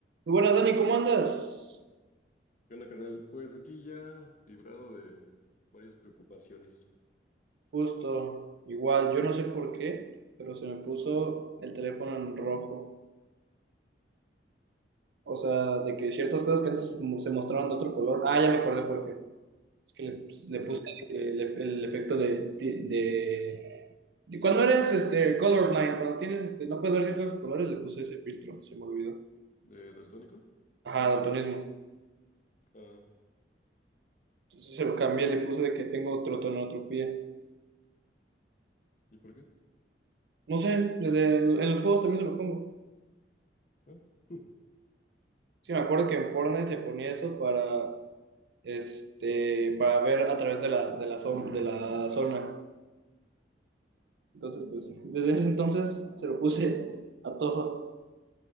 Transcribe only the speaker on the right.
Muy buenas, Dani, ¿cómo andas?
Justo, igual, yo no sé por qué, pero se me puso el teléfono en rojo. O sea, de que ciertas cosas que antes mo- se mostraban de otro color. Ah, ya me acordé por qué. Es que le, le
puse
que el, el efecto de, de, de- de- Cuando eres este, colorblind, cuando tienes este, no puedes ver ciertos colores, le puse ese filtro, se me olvidó.
Ajá, daltonismo.
Entonces se lo cambié, le puse de que tengo trotonotropía.
No sé, desde en los juegos también se lo pongo.
Sí, me acuerdo que en Fortnite se ponía eso para, este, para ver a través de la, de la, zon- de la zona. Entonces, pues, desde ese entonces se lo puse a todo.